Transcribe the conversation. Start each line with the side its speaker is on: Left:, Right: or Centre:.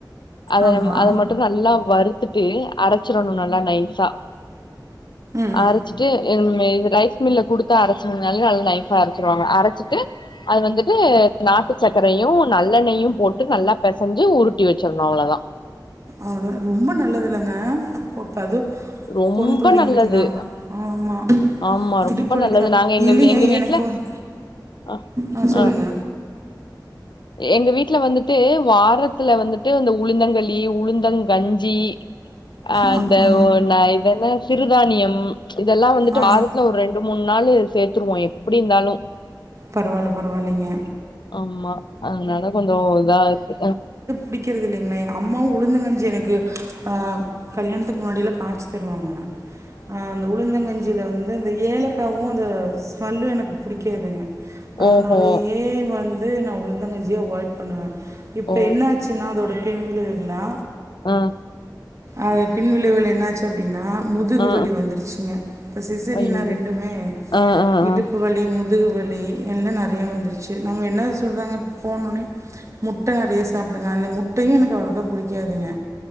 Left: அத
Right: ஆமா
Left: அத மட்டு நல்லா வறுத்துட்டு அரைச்சிறணு நல்லா நைஸா
Right: ம்
Left: அரை ச்சிட்டு இங் இது ரைஸ் மில்ல குடுத்தா அரைச்சுருது நல்லா அதுவு நைஸா அரைச்சிருவாங்க அரைச்சிட்டு அது வந்துட்டு நாட்டுச் சக்கரையு நல்லெண்ணெய்யு போட்டு நல்லா பெசஞ்சு உருட்டி வச்சிற்ணு அவளதா
Right: அவளதா ரொம்ப நல்லதுல்லங்க கோப்தா அது
Left: ரொம்ப
Right: பொண் பிள்ளைங்களுக்ளா
Left: நல்லது
Right: ஆமா
Left: ஆமா ரொம்ப
Right: இடுப்பு வலிக்குலா
Left: நல்லது நாங்க எங்க
Right: இல்லைங்க
Left: எங்க வீட்ல
Right: எனக்கு வந்
Left: அ
Right: ஆ சொல்லுங்க
Left: அ எங்க வீட்ல வந்துட்டு வாரத்துல வந்துட்டு அந்த உளுந்தங்களி உளுந்தங் கஞ்சி அ
Right: ஆ
Left: அந்த
Right: ஆ
Left: ஒ நா இதென்ன சிறுதானியம் இதெல்லா வந்துட்டு
Right: ஆ
Left: வாரத்துல ஒரு ரெண்டு மூண் நாள் சேத்துருவோ எப்டி இருந்தாலு
Right: பரவால்ல பரவால்லைங்க
Left: ஆமா அதனால கொஞ்ச இதா இருக்கு
Right: புடிக்கிறது இல்லைங்ளே அம்மாவு உளுந்தங்கஞ்சி எனக்கு ஆ கல்யாணத்துக்கு முன்னாடிலா காச்சி தருவாங்க ஆ அந்த உளுந்தங்கஞ் இதுல வந்து அந்த ஏலக்காவு அந்த ஸ்மெல்லு எனக்கு புடிக்காதுங்க அதனாலயே
Left: ஓஹோ
Right: வந்து நா உளுந்தங்கஞ்சியே அவாய்ட் பண்ணுவே இப்ப
Left: ஓ
Right: என்னாச்சுனா அதோட பின் விளைவுகள்லா
Left: ஆ
Right: அது பின் விளைவுகள் என்னாச்சு அப்டினா முதுகுவலி
Left: ஆ
Right: வந்துருச்சுங்க இப்ப சிசரியனா
Left: ஐயயோ
Right: ரெண்டுமே
Left: ஆ ஆ
Right: இடுப்
Left: ஆ
Right: ப்பு வலி முதுகுவலி எல்லா நெறையா வந்துருச்சு நம்ம என்ன சொல்றாங்க போணோனே முட்ட நெறைய சாப்டுங்க அந்த முட்டையு எனக்கு அவ்ளோக்கா புடிக்காதுங்க